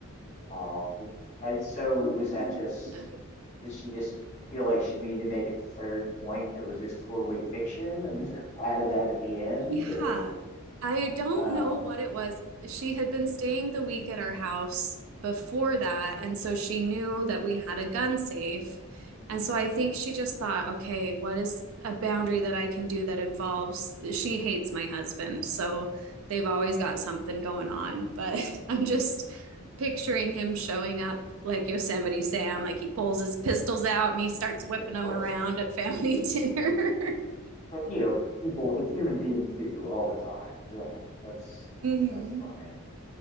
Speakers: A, on the left (about 30°); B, on the right (about 65°).
A: Wow. It's, I, so
B: <laughs>
A: was that just,
B: Yeah.
A: did she just feel like she needed to make a third point that was just totally fiction and just added that at the end?
B: Yeah.
A: Or,
B: I don't
A: wow.
B: know what it was. She had been staying the week at our house before that. And so she knew that we had a gun safe. And so I think she just thought, okay, what is a boundary that I can do that involves she hates my husband. So they've always got something going on. But <laughs> I'm just picturing him showing up like Yosemite Sam, like he pulls his pistols out and he starts whipping
A: Yeah, of
B: them
A: course.
B: around at family <laughs> dinner. <laughs>
A: But, you know, people, the human beings do all the time. Yeah, that's,
B: Mhm.
A: that's funny.